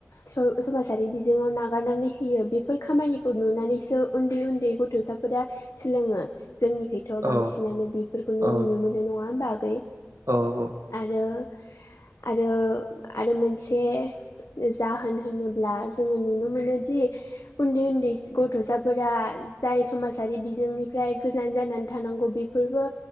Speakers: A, on the left; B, on the right.
A: स-समाजारि बिजोङाव नागारनानै होयो बेफोर खामानिखौ नुना नैसो उन्दै उन्दै गथसाफोरा सोलोङो जोंनिखैथ'
B: औ
A: बांसिनानो बेफोरखौनो
B: औ
A: नुनो मोनो नङा होमबा आगै
B: औ आब'
A: आरो आरो आरो मोनसे से जाहोन होनोब्ला जोङो नुनो मोनोदि उन्दै उन्दै गथ' साफोरा जाय समाजारि बिजोंनिफ्राय गोजान जानानै थानांगौ बेफोरबो